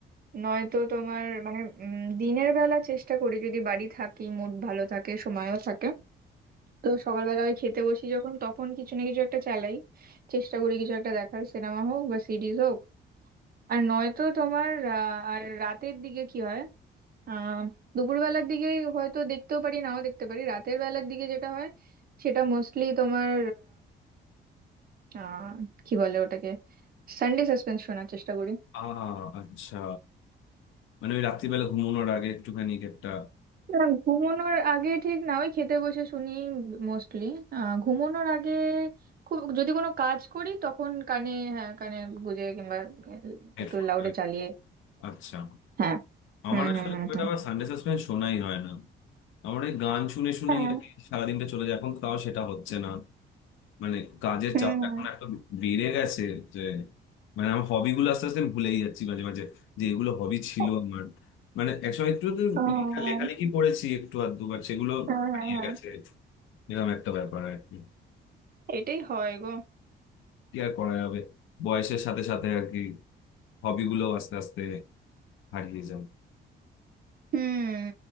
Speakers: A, on the right; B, on the left.
A: নয়তো তোমার মানে উম, দিনের বেলা চেষ্টা করি যদি বাড়ি থাকি মুড ভালো থাকে সময়ও থাকে তো সকালবেলা ওই খেতে বসি যখন তখন কিছু না কিছু একটা চালাই চেষ্টা করি কিছু একটা দেখার সিনেমা হোক বা সিরিজ হোক আর নয়তো তোমার আহ, আর রাতের দিকে কি হয় আহ দুপুরবেলার দিকে হয়তো দেখতেও পারি নাও দেখতে পারি রাতের বেলার দিকে যেটা হয় সেটা মোস্টলি তোমার আহ কি বলে ওটাকে সানডে সাসপেন্স শোনার চেষ্টা করি
B: আ আচ্ছা মানে ওই রাত্রিবেলা ঘুমানোর আগে একটুখানি একটা
A: না, ঘুমানোর আগে ঠিক না ওই খেতে বসে শুনি মোস্টলি ঘুমানোর আগে খুব যদি কোনো কাজ করি তখন কানে হ্যাঁ কানে গুজে কিংবা
B: হেডফোন
A: একটু লাউডে চালিয়ে
B: আচ্ছা
A: হ্যাঁ
B: আমার
A: হুম
B: আসলে
A: হুম হুম
B: খুব একটা
A: হুম
B: আমার সানডে সাসপেন্স শোনাই হয় না আমার এই গান শুনে শুনেই
A: হ্যাঁ
B: আর কি সারাদিনটা চলে যায় এখন তো তাও সেটা হচ্ছে না মানে কাজের
A: হুম
B: চাপটা এখন
A: হুম।
B: এত বেড়ে গেছে যে মানে আমার হবি গুলো আস্তে আস্তে আমি ভুলেই যাচ্ছি মাঝে মাঝে যে এগুলো হবি ছিল
A: ও,
B: আমার মানে একসময় একটু তো
A: হ্যাঁ
B: লেখা লেখালেখি পড়েছি একটু আর দুবার সেগুলো
A: হ্যাঁ হ্যাঁ
B: হারিয়ে
A: হ্যাঁ, হ্যাঁ।
B: গেছে এরকম একটা ব্যাপার আর কি
A: এটাই হয় গো
B: কি আর করা যাবে বয়সের সাথে সাথে আর কি হবি গুলো আস্তে আস্তে হারিয়ে যাবে
A: হুম